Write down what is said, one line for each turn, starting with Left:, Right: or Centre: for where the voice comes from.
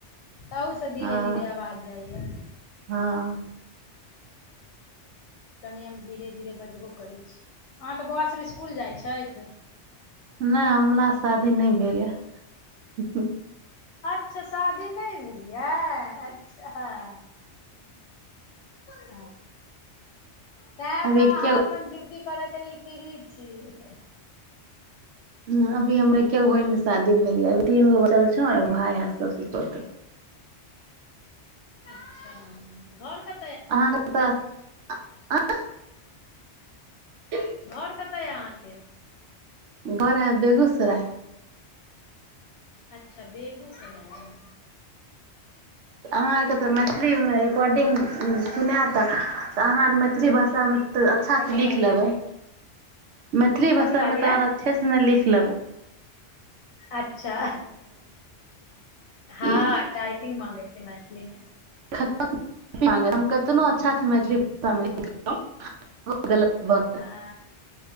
Left: तहूसँ धीरे
Right: ह
Left: धीरे आवाज जाइय
Right: हँ
Left: कनेक हम धीरे धीरे बजबो करैत छी अहाँके बौआ सब इसकुल जाइत छथि।
Right: नहि हमरा शादी नहि भेल अछि।
Left: अच्छा शादी नहि भेल अछि। अच्छा <inaudible> तैं
Right: अभी
Left: तऽ अहाँ
Right: एके
Left: अपन डिउ <unintelligible> छती कर के लेल फ्री छी <unintelligible>
Right: हँ अभी हमर एकैगोट बहिनकेँ शादी भेल अछि अभी तीन गोट बचल छैक भाय अछि सबसँ छोट।
Left: अच्छा <unintelligible> घर क
Right: अहाँके पता आँ <inaudible>
Left: घर कतय अछि अहाँके
Right: घर अछि बेगूसराय।
Left: अच्छा बेगूसराय।
Right: अहाकेँ तऽ मैथिलीमे रिकॉर्डिंग सुनिकेँ मैथिली भाषामे तऽ अहाँ सब अच्छे
Left: कथी
Right: सँ लिख
Left: कहलियै
Right: लेबय मैथिली
Left: कथी
Right: भाषामे
Left: कहलियै
Right: तऽ अहाँ अच्छेसँ नहि लिख लेबय
Left: अच्छा हां
Right: ई
Left: टाइपिंग माँगय छै नहि <inaudible>
Right: खत मल हम कतनो अच्छासँ मैथिली भाषामेहु ग <inaudible> ब
Left: हँ